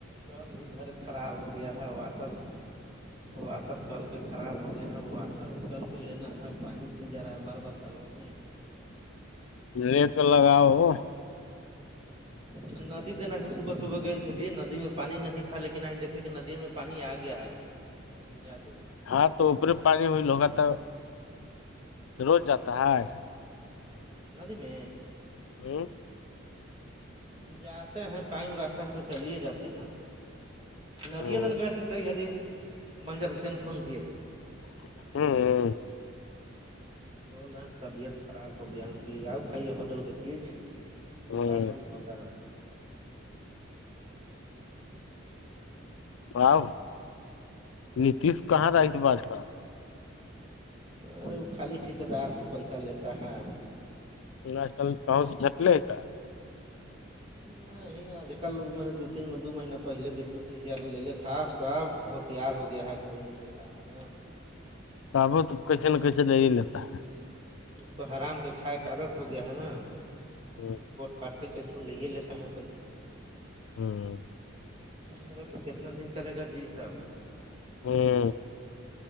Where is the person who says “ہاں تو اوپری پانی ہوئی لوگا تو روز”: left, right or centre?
Left